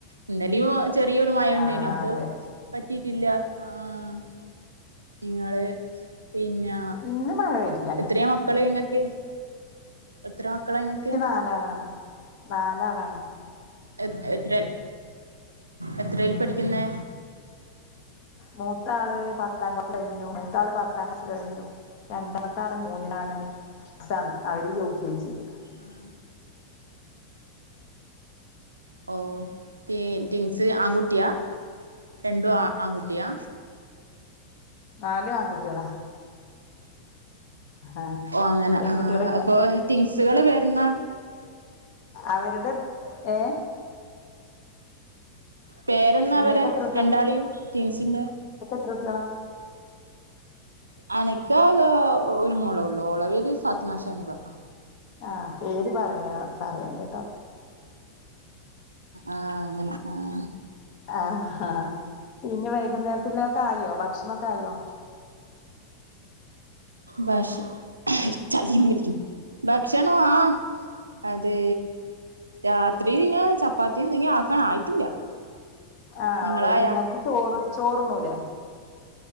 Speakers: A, on the right; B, on the left.
A: ഇന്നലും ചെറിയൊരു മഴ ഉണ്ടേനു
B: ആഹ്
A: അപ്പൊ
B: അതെ
A: പറ്റിട്ടില്ല ആഹ് നിങ്ങള് പിന്നെ
B: ഇന്ന് മഴ വരില്ല
A: എത്രയാ മക്കള് ഇങ്ങക്ക് എത്ര മക്കളാ ഇങ്ങക്ക്
B: എ നാലാളാണ് നാലാളാണ്
A: എ എത്ര എത്രൽ പഠിക്കുന്നേ
B: മൂത്താള് പത്താം ക്ലാസ്സ്‌ കഴിഞ്ഞു മൂത്താള് പത്താം ക്ലാസ്സ്‌ കഴിഞ്ഞു രണ്ടാമത്തെ മൂന്നിലാണ് <unintelligible> യുകെജിൽ
A: ആഹ് ഓ തി തിങ്സ് ആൺകുട്ടിയാ രണ്ടും ആൺകുട്ടിയാ
B: നാല് ആൺകുട്ടിയളാ ആഹ്
A: ഓഹ് അങ്ങനെ
B: പെൺകുട്ടികളില്ല
A: ആഹ് തിങ്സുകൾ വരുന്നാ
B: അവരുടെ ഏഹ്
A: പേരന്ന്
B: നിങ്ങൾക്ക്
A: അവരെ
B: എത്ര
A: രണ്ടാളിയും ട്വിൻസിന്റെ
B: ത്രേ കുട്ട്യളാ
A: അനക്ക് ആകെ ഒരു മോളള്ളു ഓള പേര് <unintelligible>
B: ആഹ് പേര് പറയാ പറയണ്ട ട്ടോ
A: ആഹ് അങ്ങനെ ആഹ്
B: ആഹ് ആ പിന്ന വൈകുന്നേരത്തില്ല ഒക്കെ ആയോ ഭക്ഷണക്കെ ആയോ
A: ഭക്ഷ <unintelligible> ഭക്ഷണ ആഹ് അതെ രാത്രി പിന്നെ ചപ്പാത്തി എന്തെങ്കും ആക്കാൻ ആയിട്ടില്ല
B: ആഹ്
A: നിങ്ങളായാ
B: വൈകുന്നേരത്തെ ചോറ് ചോറ്ണ്ണൂലേ